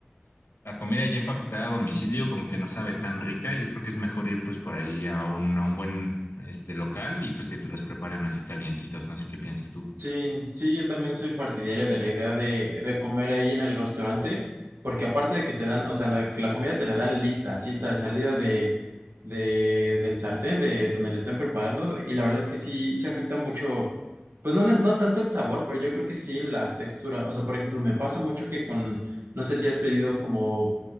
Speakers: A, on the left; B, on the right.
A: la comida ya empaquetada a domicilio como que no sabe tan rica. Yo creo que es mejor ir pues por ahí a un, a un buen este local y pues que te los preparen así calientitos. No sé qué piensas tú.
B: Sí, sí, yo también soy partidario de la idea de, de comer ahí en el restaurante, porque aparte de que te dan, o sea, la, la comida te la dan lista, así sa- salida de, de, del sartén, de donde le estén preparando, y la verdad es que sí, sí afecta mucho, pues no, no no tanto el sabor, pero yo creo que sí la textura, o sea, por ejemplo, me pasa mucho que con, no sé si has pedido como